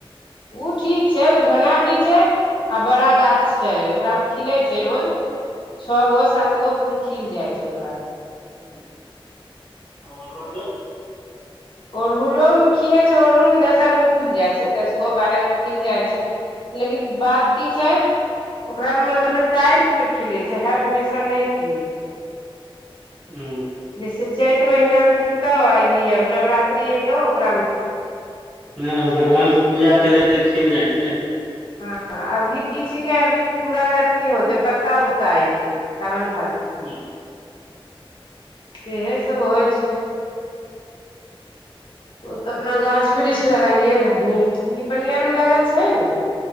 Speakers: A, on the left; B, in the centre.
A: उ ठीक छै उ घना भी छै आ बड़ा गाछ छै ओकरा मे खिलै छै रोज छओ
B: ह अच्छा
A: गो सात गो फूल खिल जाय छै ओकरा
B: <inaudible>
A: ओड़हुलोमे खिलै छैय अड़हुलमे दस आर गो खिल जाइ छैय दस गो बारह गो खिल जाइ छैय। लेकिन बात की छैय। ओकरामे मतलब टाइमप खिलै छैय हर हमेशा नहि खिलै छैय।
B: हूं
A: जैसे चैत महीनामे खिलतौ आ ई आब नवरात्रि अयतौ ओकरामे खिलतौ।
B: ह भगवानके पूजा करय ल खिल जाइ छैय ने।
A: हँ अभी की छिके अभी पूरा अथी होते पत्ता उत्ता अएतै। साावन भादो मे।
B: ह
A: सेहे सब होइ छैय। ओ तऽ अपना गाछ वृक्ष लगाइए रहल निपनियरमे लगल छैय ने।